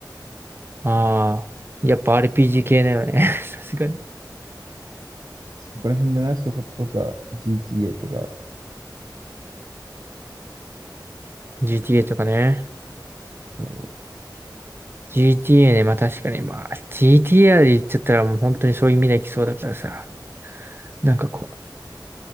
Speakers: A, on the right; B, on the right.
A: ああ、やっぱ RPG 系だよね。<laughs> さすがに。
B: そこら辺じゃないそことか、GTA とか。
A: GTA とかね。
B: そう。
A: GTA ね、まあ確かに、まあ GTA で言っちゃったらもう本当にそういう未来来そうだからさ。なんかこ